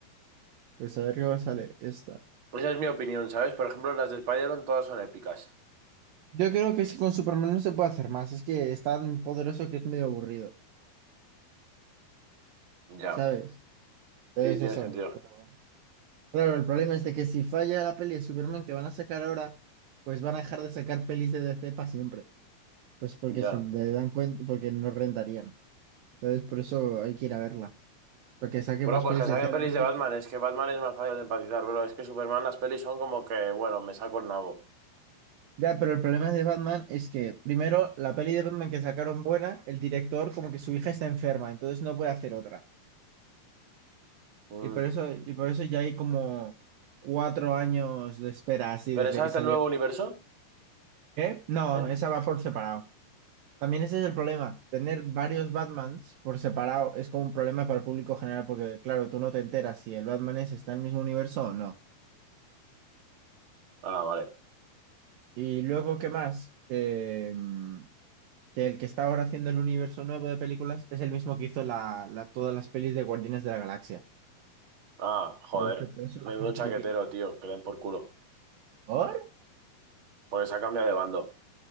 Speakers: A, on the right (about 75°); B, on the right (about 40°).
A: pues a ver qué sale esta.
B: Esa es mi opinión, ¿sabes? Por ejemplo, las de Spider-Man todas son épicas.
A: Yo creo que es que con Superman no se puede hacer más, es que es tan poderoso que es medio aburrido,
B: Ya.
A: ¿sabes? Entonces
B: Sí, tiene
A: eso.
B: sentido.
A: pero- Claro, el problema es de que si falla la peli de Superman que van a sacar ahora, pues van a dejar de sacar pelis de DC para siempre. Pues porque
B: Ya.
A: se le dan cuenta, porque no rentarían. Entonces por eso hay que ir a verla, para que saque
B: Bueno,
A: más
B: pues
A: pelis
B: que
A: de
B: saquen
A: DC, además
B: pelis de
A: de
B: Batman. Es que Batman es más fácil de empatizar, bro. Es que Superman las pelis son como que, bueno, me saco el nabo.
A: Ya, pero el problema de Batman es que, primero, la peli de Batman que sacaron buena, el director como que su hija está enferma, entonces no puede hacer otra.
B: Mm.
A: Y por eso, y por eso ya hay como cuatro años de espera así
B: ¿Pero
A: desde
B: esa
A: que
B: es
A: salió.
B: del nuevo universo?
A: ¿Qué? No,
B: Eh,
A: esa va por separado. También ese es el problema. Tener varios Batmans por separado es como un problema para el público general, porque claro, tú no te enteras si el Batman es está en el mismo universo o no.
B: Ah, vale.
A: Y luego, ¿qué más? Em, que el que está ahora haciendo el universo nuevo de películas es el mismo que hizo la, la- todas las pelis de Guardianes de la Galaxia.
B: Ah, joder.
A: Entonces, que por eso la
B: Menudo
A: gente
B: chaquetero,
A: le tiene
B: tío. Que le den por culo.
A: ¿Por?
B: Porque se ha cambiado de bando.